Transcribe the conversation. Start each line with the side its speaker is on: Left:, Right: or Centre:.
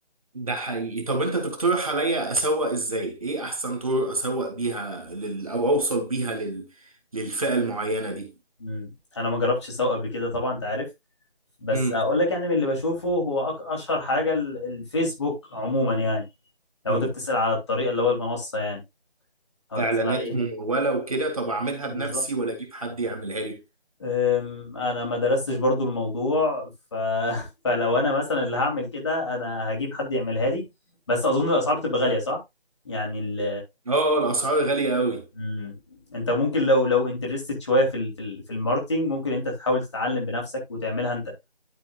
Right: ده حقيقي طب انت تقترح عليا اسوق ازاي؟ ايه احسن طرق اسوق بيها لل... او اوصل بيها لل... للفئه المعينه دي؟
Left: مم. انا ما جربتش اسوق قبل كده طبعا انت عارف بس
Right: امم
Left: اقول لك يعني من اللي بشوفه هو أك- اشهر حاجة ال- الفيسبوك عموما يعني لو
Right: امم
Left: انت بتسأل على الطريقة اللي هو المنصة يعني او
Right: اعلانات
Left: بتسأل على ايه
Right: ممولة وكده طب اعملها
Left: بالظبط
Right: بنفسي ولا اجيب حد يعملها لي
Left: أم، انا ما درستش برضو الموضوع ف... <laughs> فلو انا مثلا اللي هعمل كده انا هجيب حد يعملها لي بس اظن الاسعار بتبقى غالية صح يعني ال...
Right: اه الاسعار غالية قوي
Left: مم. انت ممكن لو لو انترستد شوية في ال... في ال- في الماركتينج ممكن انت تحاول تتعلم بنفسك وتعملها
Right: مم.
Left: انت